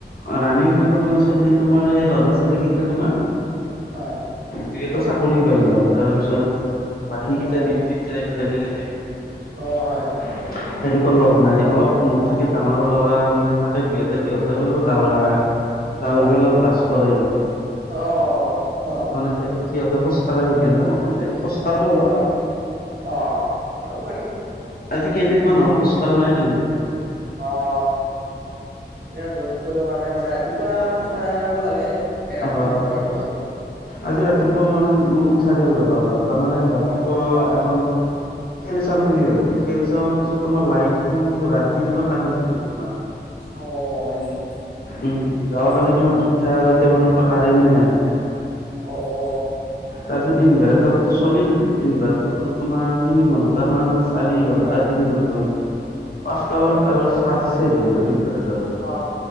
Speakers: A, on the left; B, on the right.
A: অঁ ৰাণিংটো তাৰ মানে চলি তোমাৰ সেই লগৰ চলিকেইটা তোমাৰ
B: অঁ
A: যিহেতু চাকৰি পাই গ'ল, তাৰপিছত বাকীকেইটা
B: অ
A: ডিউটিত যাই থাকে তেনেকে।
B: অঁ হয় হয়।
A: <inaudible> সেনেকুৱা লগ নাই অলপ মোক থাকি ডাঙৰ ল'ৰা মানে থাকে দুই এটা সিহঁতে বাৰু দৌৰাই দৌৰিব
B: হয়
A: অলপ লাজ কৰে।
B: <inaudible>
A: সিহঁত সিহঁতে খোজ কাঢ়ে কিনে অলপতে। খোজ কাঢ়ো অলপ
B: হয় অ খোজ কাঢ়িব পাৰি
A: আজি কেইদিনমান হ'ল খোজ কাঢ়া নাই তেনেকে।
B: অঁ বিৰাট ৰ'দ চ'দৰ কাৰণে মানে ৰাতিপুৱা খোজ কাঢ়িব লাগে। মানে ৰাতিপুৱা
A: হয়
B: খোজ
A: হয়,
B: কঢ়াটো ভাল
A: আজি ৰাতিপুৱা মানে মোৰ উঠা গল ৰবা অলপ তাৰমানে ৰাতিপুৱা
B: অ অ
A: এখন খেল চাম বুলি ভাবিলো, খেল চোৱাৰ পিছত তোমাৰ লাইটটো ৰাতিৰ পৰা কাৰেণ্টটো নাই তোমাৰ। <inaudible>
B: অ হয় নেকি?
A: উম যোৱাকালি
B: অ
A: তোমাৰ দুটা আঢ়ৈটা মানৰ পৰা কাৰেণ্টে নাই আমাৰ।
B: অ অ
A: তাৰপিছত ইনভাৰ্টাৰটো
B: হয় নেকি
A: চলিল, ইনভাৰ্টাৰটো তোমাৰ তিনি ঘন্টামান চাৰি ঘণ্টা
B: হয়
A: তিনি ঘন্টা মান পাঁচটা বজাত আৰু চাৰ্জ শেষ হৈ গ'ল ইনভাৰ
B: অ